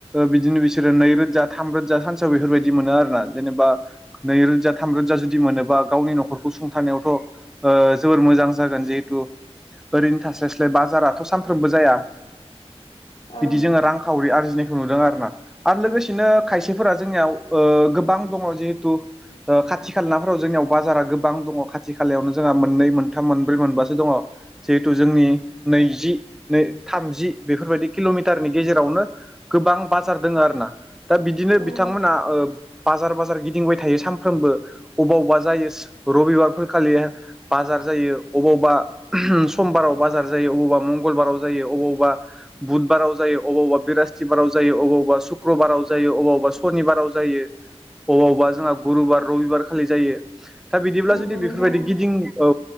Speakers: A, in the centre; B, on the left.
A: बिदिनो बिसोरो नैरोजा थामरोजा सानसेयाव बेफोरबायदि मोनो आर ना जेनेबा नैरोजा थामरोजा जुदि मोनोबा गावनि न'खरखौ सुंथारनायावथ' जोबोर मोजां जागोन जिहेतु ओरैनो थास्लायस्लाय बाजाराथ' सानफ्रोमबो जाया
B: ओं
A: बिदि जोङो रां थावरि आरजिनायखौ नुदों आरो ना आरो लोगोसेनो खायसेफोरा जोंनियाव गोबां दङ जिहेथु खाथि खाला नफोराव जोंनियाव बाजारा गोबां दङ खाथि खालायावनो जोंहा मोननै मोनथाम मोनब्रै मोनबासो दङ जिहेथु जोंनि नैजि नै थामजि बेफोरबायदि किल'मिटारनि गेजेरावनो गोबां बाजार दङ आरो ना दा बिदिनो
B: औ
A: बिथांमोना बाजार बाजार गिदिंबाय थायो सानफ्रोमबो बबाव अबेबा जायो रबिबारफोर खालि बाजार जायो अबावबा समबाराव बाजार जायो अबावबा मंगलबाराव जायो अबावबा बुधबाराव जायो अबावबा बिरस्थिबाराव जायो अबावबा सुक्रबाराव जायो अबावबा सनिबाराव जायो अबावबा जोंहा गुरुबार रबिबार खालि जायो दा बिदिब्ला
B: नंगौ
A: जुदि बेफोरबायदि
B: नोंथां
A: गिदिं औ